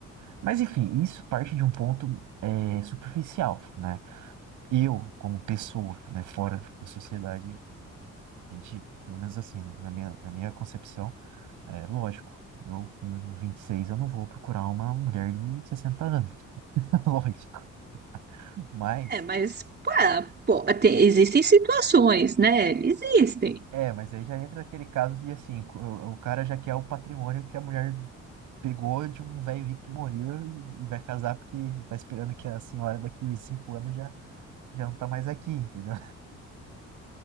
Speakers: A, on the right; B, on the right.
A: Mas enfim, isso parte de um ponto é, superficial, né? Eu, como pessoa, né, fora da sociedade, a gente, pelo menos assim, na minha, na minha concepção, é lógico. Eu, com vinte e seis eu não vou procurar uma mulher de 60 anos, <laughs> lógico. Mas,
B: É, mas pô, pô, tem- existem situações, né? Existem.
A: é, mas aí já entra aquele caso de assim, o, o cara já quer o patrimônio que a mulher pegou de um velho rico que morreu e vai casar porque tá esperando que a senhora daqui cinco anos já, já não tá mais aqui, entendeu?